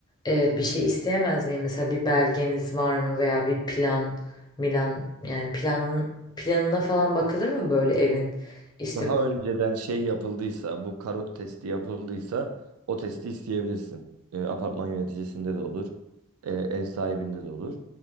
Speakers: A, on the left; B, on the right.
A: e, bir şey isteyemez miyim? Mesela bir belgeniz var mı veya bir plan, milan yani plan planına falan bakılır mı böyle evin? İşte
B: Daha önceden şey yapıldıysa, bu karot testi yapıldıysa o testi isteyebilirsin. E, apartman yöneticisinde de olur, e, ev sahibinde de olur.